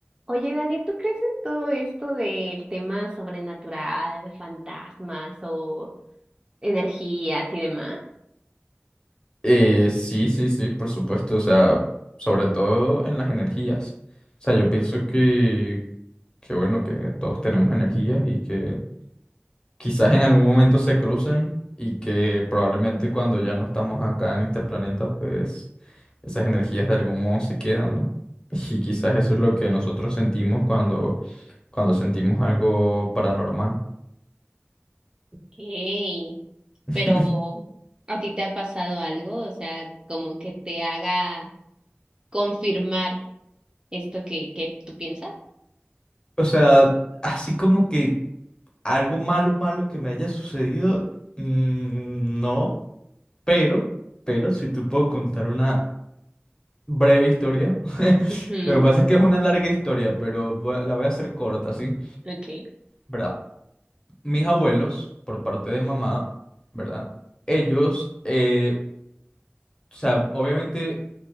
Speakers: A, on the right; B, on the left.
A: Oye, Dani, ¿tú crees en todo esto del tema sobrenatural, fantasmas o energías y demás?
B: Eh, sí, sí, sí, por supuesto, o sea, sobre todo en las energías. O sea, yo pienso que, que bueno, que todos tenemos energías y que quizás en algún momento se crucen y que probablemente cuando ya no estamos acá en este planeta, pues esas energías de algún modo se quedan, ¿no? <laughs> Y quizás eso es lo que nosotros sentimos cuando, cuando sentimos algo paranormal.
A: Okay,
B: <laughs>
A: pero ¿a ti te ha pasado algo? O sea, como que te haga confirmar esto que, que tú piensas.
B: O sea, así como que algo malo, malo que me haya sucedido, mm, no. Pero, pero si te puedo contar una breve historia. <laughs>
A: Ujú,
B: Lo que pasa es que es una larga historia, pero voy a- la voy a hacer corta, ¿sí?
A: ok.
B: ¿Verdad? Mis abuelos, por parte de mamá, ¿verdad? Ellos, eh, o sea, obviamente,